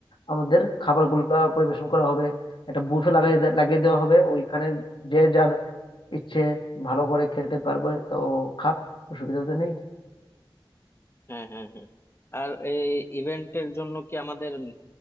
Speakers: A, on the left (about 65°); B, on the left (about 25°).
A: আমাদের খাবারগুলো পরিবেশন করা হবে একটা বুফে লাগাই দে- লাগিয়ে দেওয়া হবে ওইখানে যে যার ইচ্ছে ভালো করে খেতে পারবে তো খাক অসুবিধা তো নেই
B: হ্যাঁ হ্যাঁ হ্যাঁ আর এই ইভেন্টের জন্য কি আমাদের